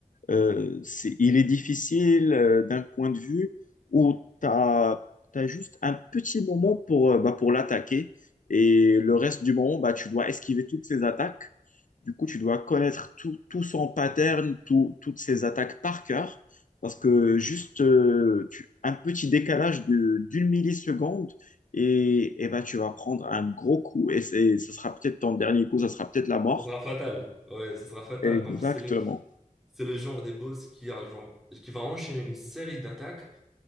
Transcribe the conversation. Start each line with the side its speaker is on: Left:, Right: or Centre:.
Left: Euh, c'est- il est difficile euh, d'un point de vue où tu as, juste un petit moment pour, euh, bah, pour l'attaquer et le reste du moment, bah, tu dois esquiver toutes ses attaques. Du coup, tu dois connaître tout, tout son pattern, tout- toutes ses attaques par cœur parce que juste euh, tu- un petit décalage de- d'une milliseconde et, et bah, tu vas prendre un gros coup et c'est- ce sera peut-être ton dernier coup, ça sera peut-être la mort.
Centre: Ça sera fatal. Ouais, ça sera fatal.
Left: Exactement.
Centre: Donc, c'est les, c'est le genre des boss qui a genre, qui va enchaîner une série d'attaques,